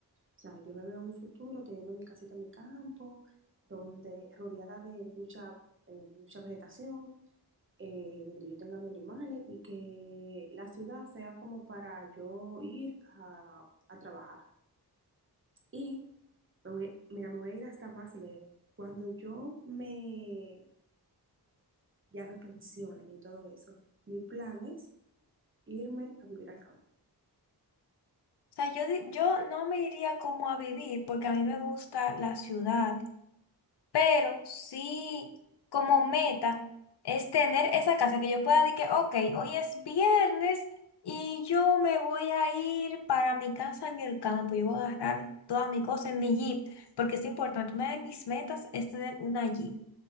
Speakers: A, on the right (about 30°); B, on the left (about 85°).
A: O sea, yo me veo en un futuro teniendo mi casita en mi campo, donde rodeada de mucha, eh, mucha vegetación eh, donde yo tenga mis animales y que la ciudad sea como para yo ir a, a trabajar. Y me voy, mira, me voy a ir hasta más lejos. Cuando yo me ya me pensione y todo eso, mi plan es irme a vivir al campo.
B: O sea, yo, di- yo no me iría como a vivir porque a mí me gusta la ciudad pero sí como meta es tener esa casa que yo pueda decir que, ok, hoy es viernes y yo me voy a ir para mi casa en el campo y voy a agarrar toda mi cosa en mi Jeep, porque es importante. Una de mis metas es tener una Jeep,